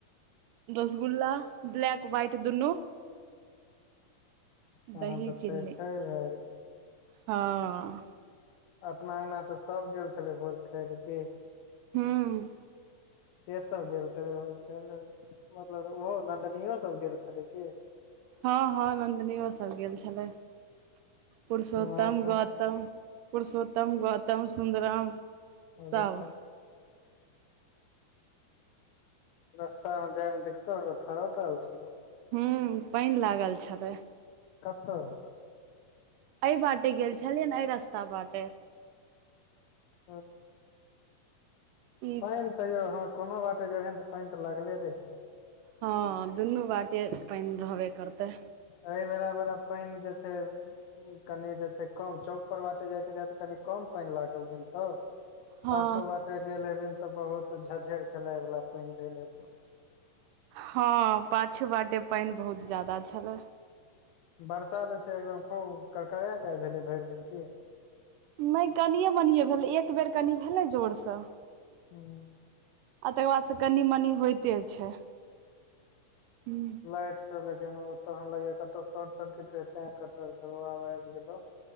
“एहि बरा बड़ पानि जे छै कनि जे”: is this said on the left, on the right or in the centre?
Left